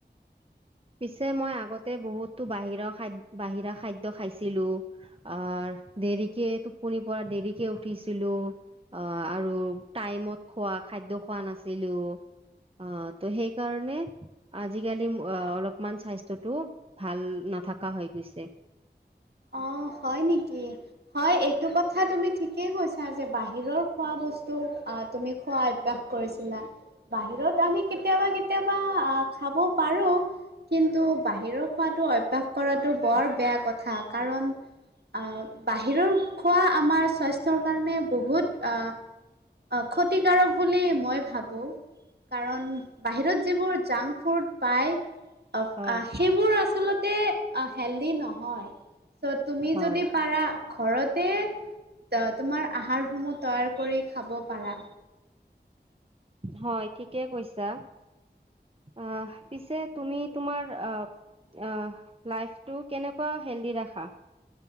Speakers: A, on the right; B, on the right.
A: পিছে মই আগতে বহুতো বাহিৰৰ খাদ, বাহিৰা খাদ্য খাইছিলো। আৰ, দেৰিকে টোপনিৰ পৰা দেৰিকে উঠিছিলো। অ', আৰু টাইমত খোৱা খাদ্য খোৱা নাছিলো। অ', ত' সেইকাৰণে আজিকালি মোৰ অ', অলপমান স্বাস্থ্যটো ভাল নাথকা হৈ গৈছে।
B: অ', হয় নিকি?। হয়, এইটো কথা তুমি ঠিকেই কৈছা যে বাহিৰৰ খোৱা বস্তু আ তুমি খোৱা অভ্যাস কৰিছিলা। বাহিৰত আমি কেতিয়াবা-কেতিয়াবা আ, খাব পাৰো। কিন্তু বাহিৰৰ খোৱাটো অভ্যাস কৰাটো বৰ বেয়া কথা। কাৰণ আ, বাহিৰৰ খোৱা আমাৰ স্বাস্থ্যৰ কাৰণে বহুত আ আ, ক্ষতিকাৰক বুলি মই ভাবোঁ, কাৰণ বাহিৰত যিবোৰ জাংকফুড পায় <unintelligible>
A: হয়
B: সেইবোৰ আচলতে আ হেল্ডি নহয়, চ' তুমি
A: হয়
B: যদি পাৰা ঘৰতে ত তোমাৰ আহাৰসমূহ তৈয়াৰ কৰি খাব পাৰা।
A: হয় ঠিকেই কৈছা। আহ পিছে তুমি তোমাৰ আ আহ লাইফটো কেনেকুৱা হেল্ডি ৰাখা?।